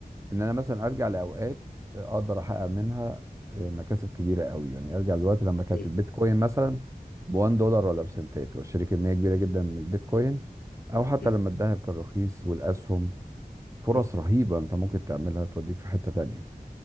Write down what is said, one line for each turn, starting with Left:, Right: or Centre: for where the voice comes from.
Right: ان انا مثلا ارجع لاوقات اقدر احقق منها آه، مكاسب كبيره قوي يعني ارجع للوقت لما كانت
Left: م-
Right: البيتكوين مثلا ب 1 دولار ولا بسنتات واشتري كميه كبيره جدا من البيتكوين او حتى
Left: م-
Right: لما الذهب كان رخيص والاسهم فرص
Left: م-
Right: رهيبة انت ممكن تعملها توديك في حتة تانية